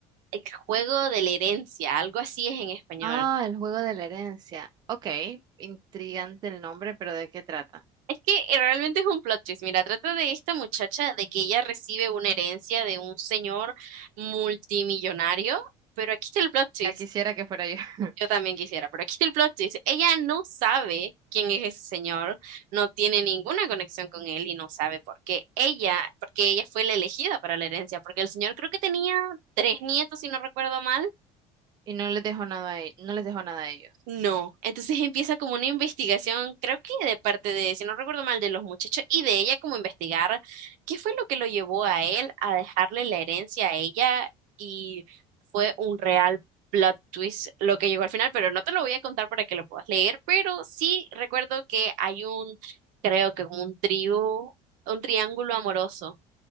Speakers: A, on the right (about 70°); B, on the right (about 30°).
A: el juego de la herencia, algo así es en español.
B: Ah, el juego de la herencia. Ok, intrigante el nombre, pero ¿de qué trata?
A: Es que eh, realmente es un plot twist. Mira, trata de esta muchacha de que ella recibe una herencia de un señor multimillonario, pero aquí está el plot twist.
B: Ya quisiera que fuera yo. <laughs>
A: Yo también quisiera, pero aquí está el plot twist. Ella no sabe quién es ese señor, no tiene ninguna conexión con él y no sabe por qué ella, porque ella fue la elegida para la herencia, porque el señor creo que tenía tres nietos, si no recuerdo mal,
B: Y no les dejo nada a, e- no les dejo nada a ellos.
A: no, entonces empieza como una investigación, creo que de parte de, si no recuerdo mal, de los muchachos y de ella como investigar qué fue lo que lo llevó a él a dejarle la herencia a ella y fue un real plot twist lo que llegó al final, pero no te lo voy a contar para que lo puedas leer, pero sí recuerdo que hay un, creo que como un trío, un triángulo amoroso